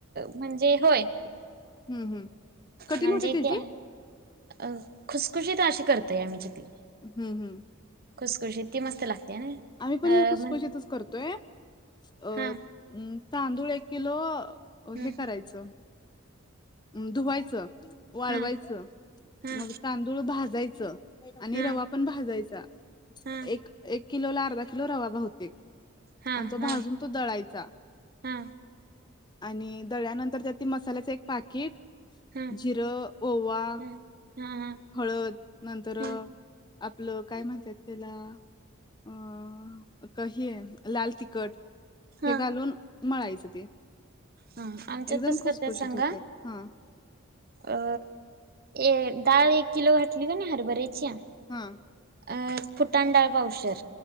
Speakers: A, on the right (about 45°); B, on the left (about 20°).
A: म्हणजे होय.
B: हम्म हम्म. कठीण
A: म्हणजे
B: होते त्याची
A: त्या अ खुसखुशीत अशी करतय आम्ही चकली.
B: हम्म हम्म
A: खुसखुशीत ती मस्त लागते. ना
B: आम्ही पण
A: अ
B: ह खुसखुशीत
A: म्हण
B: च करतोय. अ
A: हा
B: तांदूळ एक किलो
A: ह
B: हे करायचं धुवायचं वाळवायचं
A: हा हा
B: मग तांदूळ भाजायचं. आणि
A: हा
B: रवा पण भाजायचा
A: हा
B: एक किलो ला अर्धा किलो रवा बहुतेक
A: हा
B: आणि तो
A: हा
B: भाजून तो दळायचा.
A: हा
B: आणि दळ्यानंतर तर त्यातील मसाल्याचं एक पाकीट,
A: हा
B: जिरं, ओवा,
A: ह हा हा
B: हळद नंतर र,
A: ह
B: आपलं काय म्हणतात त्याला अं क हे, आहे लाल तिखट
A: हा
B: हे घालून. मळायचं, ते
A: हा आमच्यात
B: एकदम
A: कसं
B: खुस
A: करतात
B: खुशीत
A: सांगा
B: होत्यात हा.
A: अ ए डाळ एक किलो घातली की नाही हरभऱ्याची.
B: हम.
A: अ फुटांण डाळ पावशेर,